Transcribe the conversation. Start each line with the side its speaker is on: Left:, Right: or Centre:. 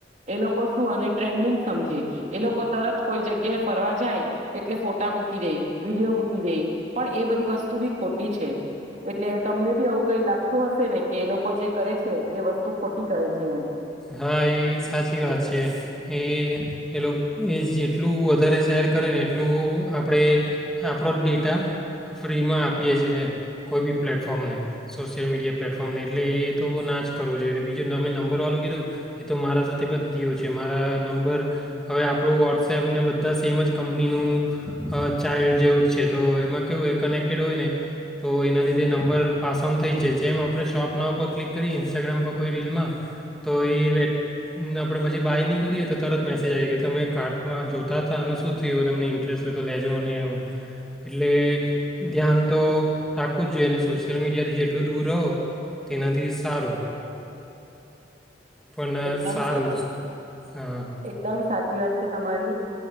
Right: એ લોકો શું અને ટ્રેન્ડિંગ સમજે એ લોકો તરત કોઈ જગ્યાએ ફરવા જાય એટલે ફોટા મૂકી દે વિડીયો મૂકી દે પણ એ બધી વસ્તુ ખોટી છે એટલે તમને બી આવવું કઈ લાગતું હશે ને કે એ લોકો જે કરે છે એ વસ્તુ ખોટી કરે છે એમ
Centre: હા એ સાચી વાત છે એ એ લોકો એ જેટલું વધારે શેર કરેને એટલું આપણે આપણો ડેટા ફ ફ્રીમાં આપીએ છ છેએ કોઈ બી પ્લેટફોર્મને સોશિયલ મીડિયા પ્લેટફોર્મને એટલે એ તો ના જ કરવો જોઈએ અને બીજું તમે નંબરવાળું કીધું એ તો મારા સાથે પણ થયો છે મારા નંબર હવે આપણું વોટ્સએપને બધા સેમ જ કંપનીનું ચાઇલ્ડ જેવું જ છે તો એમાં કેવું એ કનેક્ટ ડ હોય ને તો એના લીધે નંબર પાસ ઓન થઈ જ જાય, જેમ આપણે શોપ નાવ પર ક્લિક કરીએ ઇન્સ્ટાગ્રામ પર કોઈ રીલમાં તો એ આપણે પછી બાય નહીં કરીએ તો તરત મેસેજ આવી કે, તમે કાર્ટમાં જોતા હતા અનેનું શું થયું તમને ઇન્ટરેસ્ટ હોય તો લેજો અને એવું એટલે ધ્યાન તો રાખવું જ જોઈએ અને સોશિયલ મીડિયાથી જેટલું દૂર રહો તેનાથી સારું પણ અ,
Right: એકદમ
Centre: સારું
Right: સાચી
Centre: જ હા
Right: એકદમ સાચ વાત છે તમારી